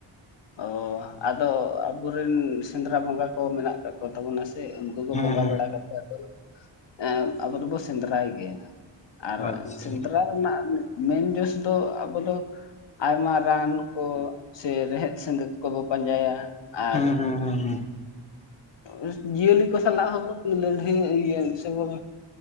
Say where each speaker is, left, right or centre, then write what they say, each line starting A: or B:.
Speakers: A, on the left; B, on the left.
A: ᱚᱻ ᱟᱫᱚ ᱟᱵᱚᱨᱮᱱ ᱥᱮᱸᱫᱽᱨᱟ ᱵᱚᱸᱜᱟ ᱠᱚ ᱢᱮᱱᱟᱜ ᱠᱟᱜ ᱠᱚᱛᱟᱵᱚᱱᱟ ᱥᱮ ᱩᱱᱠᱩ ᱩᱱᱠᱩ ᱠᱚ
B: ᱦᱮᱸ
A: ᱵᱚᱸᱜᱟ
B: ᱦᱮᱸ
A: ᱵᱟᱲᱟ ᱠᱟᱛᱮᱜ ᱮ ᱟᱵᱚ ᱫᱚᱵᱚ ᱥᱮᱸᱫᱽᱨᱟᱭ ᱜᱮᱭᱟ, ᱟᱨ
B: ᱟᱪᱪᱷᱟ
A: ᱥᱮᱸᱫᱽᱨᱟ ᱨᱮᱱᱟᱜ ᱢᱮᱱ ᱡᱚᱥ ᱫᱚ ᱟᱵᱚ ᱫᱚ ᱟᱭᱢᱟ ᱨᱟᱱ ᱠᱚ ᱥᱮ ᱨᱮᱦᱮᱫ, ᱥᱮᱸᱫᱮᱛ ᱠᱚᱵᱚ ᱯᱟᱸᱡᱟᱭᱟ ᱟᱨ
B: ᱦᱮᱸ ᱦᱮᱸ ᱦᱮᱸ,
A: ᱟᱨ ᱡᱤᱭᱟᱹᱞᱤ ᱠᱚ ᱥᱟᱞᱟᱜ ᱦᱚᱸ ᱵᱚᱱ ᱞᱟᱹᱲᱦᱟᱹᱭᱚᱜ ᱜᱤᱭᱟᱹ ᱥᱮ ᱵᱚᱱ